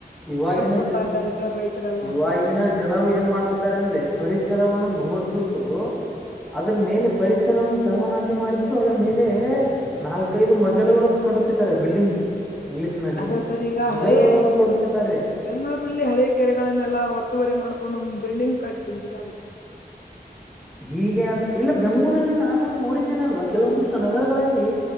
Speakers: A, in the centre; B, on the left (about 65°).
A: ಇವಾಗಿನ
B: ಬಿಡ್ತಾ
A: ಜ
B: ಇದ್ದಾರೆ ಸರ್ ರೈತರೆಲ್ಲಾ
A: ಇವಾಗಿನ ಜನರು ಏನ್ ಮಾಡ್ತಿದ್ದಾರೆ ಅಂದ್ರೆ ಪರಿಸರವನ್ನು ನೋಡ್ಬಿಟ್ಟು ಅದ್ರ ಮೇಲೆ ಪರಿಸರವನ್ನು ಸರ್ವನಾಶ ಮಾಡಿಬಿಟ್ಟು ಅದ್ರ ಮೇಲೆ ನಾಲ್ಕೈದು ಮಜಲುಗಳನ್ನು ಕಟ್ಟ ಬತ್ತಿದ್ದಾರೆ ಬಿಲ್ಡಿಂಗ್ಸ್ ಇಂಗ್ಲೀಷ್ ನಲ್ಲಿ
B: ಅದ ಸರ್ ಈಗ
A: ಮಜಲುಗಳನ್ನು
B: ಹಳೆಯ
A: ಕೊಡುತ್ತಿದ್ದಾರೆ
B: ಬೆಂಗಳೂರಿನಲ್ಲಿ ಹಳೆ ಕೆರೆಗಳನ್ನೆಲ್ಲ ಒತ್ತುವರಿ ಮಾಡ್ಕೊಂಡು ಬಿಲ್ಡಿಂಗ್ ಕಟ್ಿಸಿಿ ಬಿಟ್ಟಾರೆಸ
A: ಹೀಗೆ ಅಂದ್ರೆ ಇಲ್ಲ ಬೆಂಗಗಳೂರಲ್ಲಿ ನಾನು ನೋಡಿದ್ದೇನೆ ಅಲ್ವಾ ಕೆಲವೊಂದಿಷ್ಟು ನಗರಗಳಲ್ಲಿ